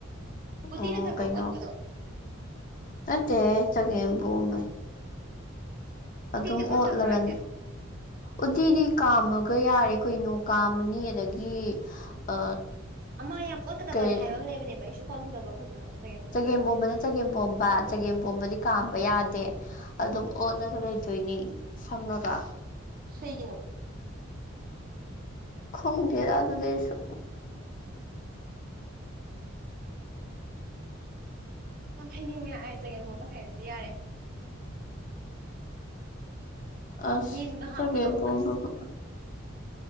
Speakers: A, on the right; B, on the left.
A: ꯎꯇꯤ
B: ꯎꯝ
A: ꯅꯠꯇꯕ꯭ꯔꯣ
B: ꯀꯩꯅꯣ
A: ꯑꯣꯠꯄꯗꯣ
B: ꯅꯠꯇꯦꯍꯦ ꯆꯒꯦꯝ ꯄꯣꯝꯕꯩ ꯑꯗꯨꯝ
A: ꯎꯇꯤꯗꯤ ꯑꯣꯠꯇꯕ꯭ꯔꯣ
B: ꯑꯣꯠꯂꯒꯟ
A: ꯍꯥꯏꯁꯦ
B: ꯎꯇꯤꯗꯤ ꯀꯥꯝꯃꯒ ꯌꯥꯔꯦ ꯀꯣꯏꯅꯣ ꯀꯥꯝꯃꯅꯤ ꯑꯗꯒꯤ ꯒꯤ ꯑ
A: ꯑꯃ ꯌꯥꯝ ꯑꯣꯠꯀꯗꯕꯅꯤ
B: ꯀꯩ
A: ꯍꯥꯏꯕ ꯑꯃ ꯂꯩꯕꯅꯦꯕ ꯑꯩꯁꯨ ꯈꯪꯗꯕ ꯐꯖꯅ ꯆꯒꯦꯝꯄꯣꯝ
B: ꯆꯒꯦꯝꯕꯣꯝꯕꯅꯦ
A: ꯑꯣꯏꯔꯝꯒꯅꯤ
B: ꯆꯒꯦꯝꯄꯣꯝꯕꯥꯠ ꯆꯒꯦꯝ ꯄꯣꯝꯕꯗꯤ ꯀꯥꯝꯕ ꯌꯥꯗꯦ ꯑꯗꯨꯝ ꯑꯣꯠꯂꯒ ꯂꯩꯗꯣꯏꯅꯤ ꯁꯪꯉꯒ
A: ꯁꯩꯒꯤꯅꯣ
B: ꯈꯪꯗꯦꯔꯥ ꯑꯗꯨꯗꯤ ꯑꯩꯁꯨ
A: ꯎꯝ ꯌꯥꯝ ꯍꯩꯅꯤꯡꯉꯦ ꯑꯩ ꯆꯒꯦꯝꯄꯣꯝꯕ ꯍꯩꯔꯗꯤ ꯌꯥꯔꯦ
B: ꯑꯁ
A: ꯌꯦꯟꯒ ꯍꯞꯄꯗꯣ
B: ꯆꯒꯦꯝ ꯄꯣꯝꯕꯕꯨ
A: ꯑꯁ